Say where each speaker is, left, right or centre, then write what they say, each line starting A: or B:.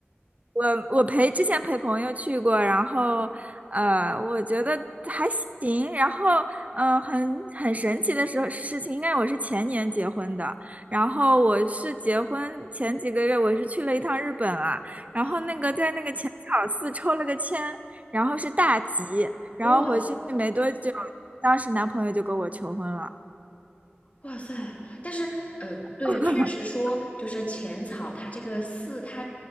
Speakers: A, on the right (about 35°); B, on the left (about 35°).
A: 我我陪之前陪朋友去过，然后呃，我觉得还行。然后呃，很很神奇的时候事情，应该我是前年结婚的。然后我是结婚前几个月，我是去了一趟日本啊。然后那个在那个浅草寺抽了个签，
B: 啊，
A: 然后是大吉。然后回去没多久，
B: 哇，
A: 当时男朋友就跟我求婚了。
B: 哇塞！但是，呃，对，
A: <laughs>
B: 确实说，就是浅草它这个寺，它